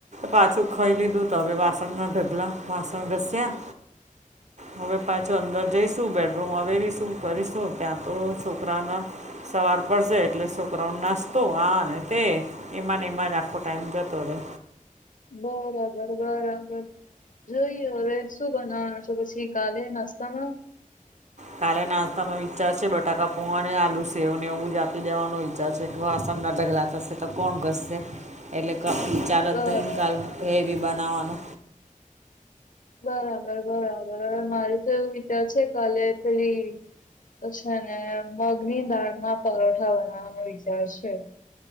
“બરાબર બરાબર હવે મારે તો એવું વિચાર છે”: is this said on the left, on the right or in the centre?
Left